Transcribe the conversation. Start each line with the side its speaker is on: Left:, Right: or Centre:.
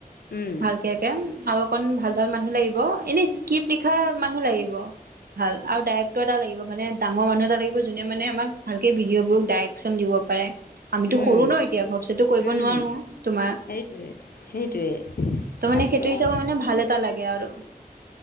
Left: উম
Right: ভালকে কে আৰু অকন ভাল ভাল মানুহ লাগিব। এনেই ক্ৰিপ্ট লিখা মানুহ লাগিব। ভাল আৰু ডাইৰেক্টৰ এটা লাগিব। মানে, ডাঙৰ মানুহ এটা লাগিব যোনে মানে আমাক ভালকে ভিডিঅ'বোৰ ডাইৰেকশ্বন দিব পাৰে। আমিতো
Left: উম
Right: সৰু ন এতিয়া। ঘপছে তো কৰিব
Left: উম
Right: নোৱাৰো তোমাৰ।
Left: সেইটোৱে সেইটোৱে
Right: ত
Left: ভালকৈ
Right: মানে, সেইটো হিচাপে
Left: আৰম্ভ
Right: মানে ভাল এটা লাগে আৰু।